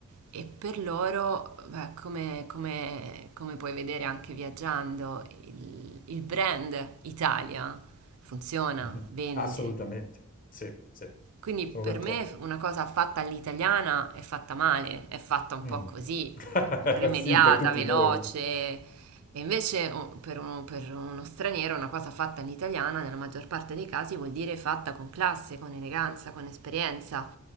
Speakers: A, on the right; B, on the left.
A: e per loro, beh, come, come- come puoi vedere anche viaggiando, il il brand Italia funziona,
B: mhm.
A: vende.
B: Assolutamente, sì, sì,
A: Quindi per
B: sono d'accordo.
A: me una cosa fatta all'italiana è fatta male, è fatta un po'
B: Mm.
A: così,
B: <laughs>
A: rimediata,
B: Sì, per tutti
A: veloce.
B: noi.
A: E invece oh, per, uno- per uno straniero una cosa fatta all'italiana, nella maggior parte dei casi, vuol dire fatta con classe, con eleganza, con esperienza.